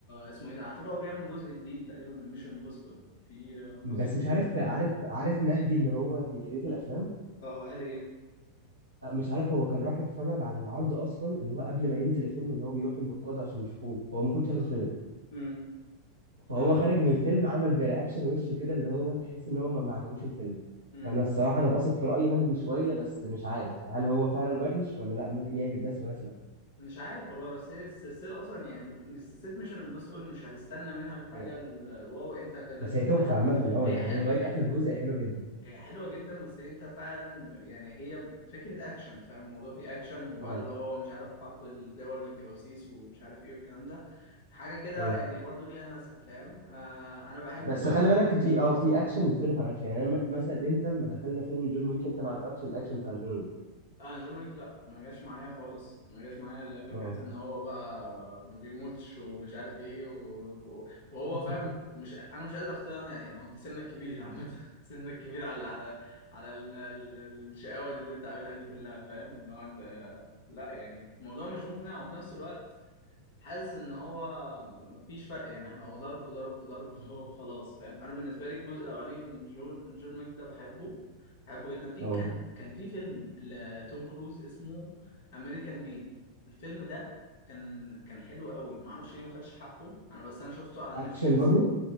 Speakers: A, on the left; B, on the right.
A: اسمه إيه ده على فكرة هو بيعمل جزء جديد تقريبا من ميشن امبوسيبل في آه، جزء
B: بس
A: جديد
B: مش عارف
A: بيعمل
B: عارف عارف مهدي اللي هو بيريت الافلام
A: اه قال إيه
B: مش عارف هو كان راح يتفرج على العرض اصلا اللي هو قبل ما ينزل الفيلم اللي هو بيروح النقاد عشان يشوفوه فهو المفروض
A: جزء
B: شاف الفيلم
A: امم
B: فهو
A: اه
B: خارج من الفيلم عمل برياكشن وشه كده اللي هو تحس ان هو ما ما عجبوش الفيلم
A: امم
B: فانا الصراحه انا بثق في راي مهدي شويه بس مش عارف هل هو فعلا وحش ولا لا ممكن يعجب ناس وناس لا
A: مش عارف والله بس هي السلسلة أصلا يعني مش سلسلة ميشن امبوسيبل مش هتستنى منها الحاجة
B: يعني-
A: الواو أنت كان لازم
B: بس هي
A: تكون
B: تحفه
A: حد
B: عامه اه
A: هي
B: يعني
A: حل...
B: هي لغايه
A: هي
B: اخر جزء هي حلوه جدا
A: هي حلوة جدا بس انت فعلا يعني هي فكرة اكشن فاهم الموضوع فيه اكشن وبقى
B: اه
A: اللي هو مش عارف حرب الدول للجواسيس ومش عارف ايه والكلام ده حاجة كده
B: اه
A: يعني برضو ليها ناسها فاهم آه انا بحب
B: بس خلي بالك في اه في اكشن يختلف عن اكشن يعني أنا م- مثلا انت لما دخلنا فيلم جون ويك انت ما عجبكش الاكشن بتاع جون ويك
A: لا، انا جون ويك لا ما جاش معايا خالص ما جاش معايا الا فكره
B: اه
A: ان هو بقى ما بيموتش ومش عارف ايه و... وهو
B: <laughs>
A: فاهم مش انا مش قادر اقتنع يعني هو انت سنك كبير عامه <laughs> سنك كبير على على على ال... ال... الشقاوه دي اللي انت عاملها دي كلها فاهم اللي هو انت لا يعني الموضوع مش مقنع وفي نفس الوقت حاسس ان هو م- مفيش فرق يعني احنا هو ضرب ضرب ضرب <laughs> خلاص فاهم انا بالنسبه لي الجزء الاولاني من جون جون ويك ده بحبه بحبه جدا في
B: اه
A: كان كان في فيلم لتوم كروز اسمه امريكان ميد الفيلم ده كان كان حلو قوي ما اعرفش ليه ما خدش حقه انا بس انا شفته على نتفليكس
B: اكشن برضو